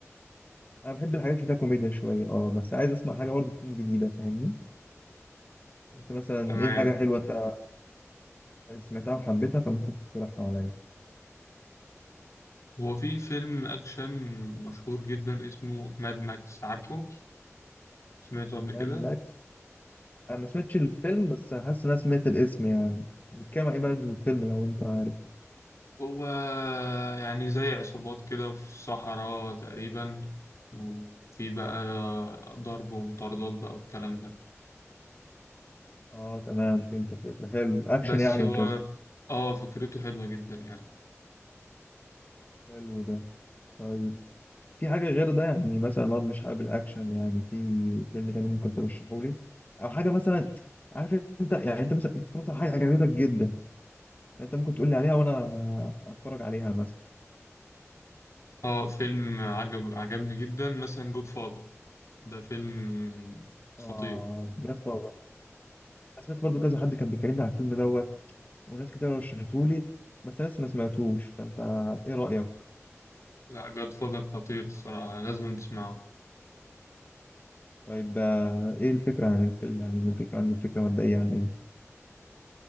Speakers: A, on the left (about 35°); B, on the left (about 75°).
A: انا بحب الحاجات اللي فيها كوميديا شويه اه بس عايز اسمع حاجه برضه تكون جديده فاهمني انت مثلا
B: تمام
A: ايه حاجه حلوه انت سمعتها وحبيتها فممكن تقترحها عليا
B: هو في فيلم أكشن مشهور جدا اسمه ماد ماكس عارفه؟ سمعته قبل
A: ماد
B: كده؟
A: ماكس انا ما سمعتش الفيلم بس حاسس ان انا سمعت الاسم يعني بيتكلم عن ايه بقى الفيلم لو انت عارف
B: هو يعني زي عصابات كده في الصحراء تقريبا وفي بقى ضرب ومطاردات بقى والكلام ده
A: اه تمام فهمت الفكره حلو اكشن
B: بس
A: يعني
B: هو
A: وكده
B: اه فكرته حلوة جدا يعني
A: حلو ده طيب في حاجه غير ده يعني مثلا لو مش حابب الاكشن يعني في فيلم تاني ممكن ترشحه لي او حاجه مثلا عارف انت يعني انت مثلا انت اتفرجت على حاجه عجبتك جدا انت ممكن تقول لي عليها وانا اتفرج عليها مثلا
B: اه فيلم عجب عجبني جدا مثلا جود فاذر ده فيلم خطير
A: اه جاد فاذر انا سمعت برضه كذا حد كان بيكلمني على الفيلم دوت وناس كتير رشحته لي بس ناس ما سمعتوش فانت ايه رايك
B: لا جود فاذر خطير الصراحة لازم تسمعه
A: طيب آه، ايه الفكرة عن الفيلم يعني الفكرة عن الفكرة مبدئية عن ايه